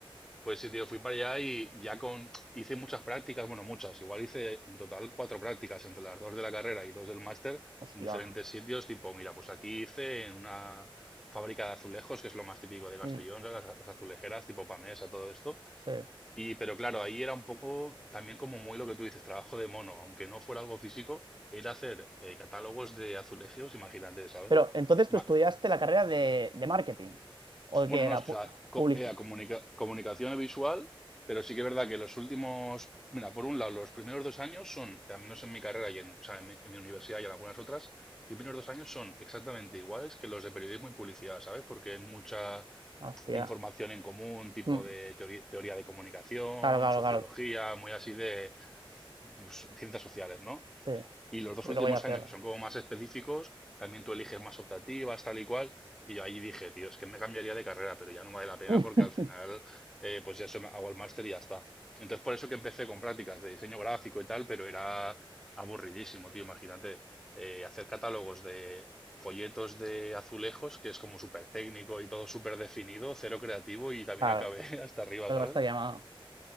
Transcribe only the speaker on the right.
Hostia.
Mm,
sí.
Pero entonces
tú estudiaste la carrera de, de marketing. ¿O de
qué era?
Publicidad.
hostia.
Mm,
Claro, claro,
claro.
Sí.
Y
luego ya
cierra.
<laughs>
Claro.
Luego
está llamado.